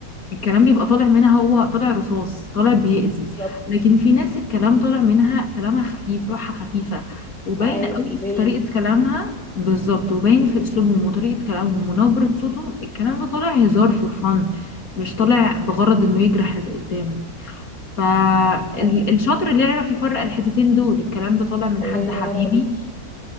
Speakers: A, on the left; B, in the centre.
A: الكلام بيبقى طالع منها هو طالع رصاص طالع بيأذي
B: بالظبط
A: لكن في ناس الكلام طالع منها كلامها خفيف روحها خفيفة وباين
B: عادي
A: قوي
B: باين
A: في طريقة كلامها بالظبط وباين في أسلوبهم وطريقة كلامهم ونبرة صوتهم الكلام ده طالع هزار فور فن مش طالع بغرض إنه يجرح اللي قدامه فالشاطر
B: آه،
A: اللي يعرف يفرق الحتتين دول الكلام ده طالع من حد
B: الله ينور
A: حبيبي
B: عليكي